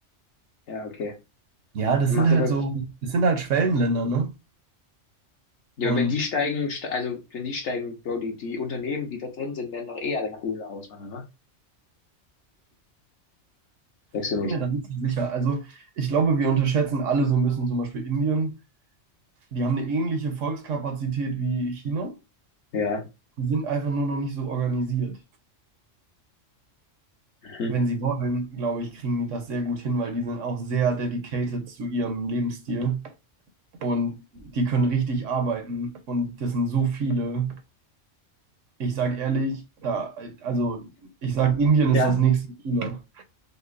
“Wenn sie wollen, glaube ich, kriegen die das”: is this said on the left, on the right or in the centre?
Right